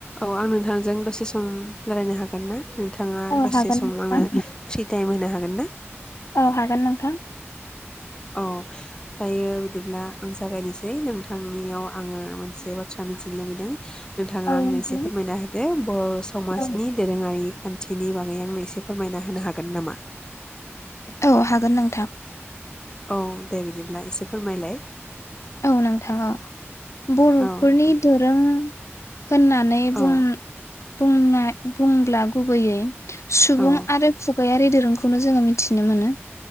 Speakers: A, on the left; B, on the left.
A: औ आं नोंथांजों दसे सम ओ रायलायनो हागोन ना? नोंथाङा
B: औ
A: दसे
B: हागोन
A: सम
B: नोंथां
A: आंनो फ्रि टाइम होनो हागोन ना?
B: औ हागोन नोंथां
A: अ दायो बिदिब्ला आं जागायनोसै नोंथांनियाव आंङो मोनसे बाथ्रा मिथिनो लुुबैदों। नोंथाङा
B: औ
A: आंनो
B: नोंथां
A: एसे फोरमायना होदो बर' समाजनि
B: औ
A: दोरोङारि खान्थिनि बागै आंनो एसे फोरमायना होनो हाग हागोन नामा?
B: औ हागोन नोंथां।
A: औ दे बिदिब्ला एसे फोरमायलाय।
B: औ नोंथाङा बर'फोरनि
A: औ दे
B: दोरों होननानै बुं
A: औ
B: बुंनाय बुंब्ला गुबैयै सुबुं
A: औ
B: आरो खुगायारि दोरोंखौनो जोंङो मिथिनो मोनो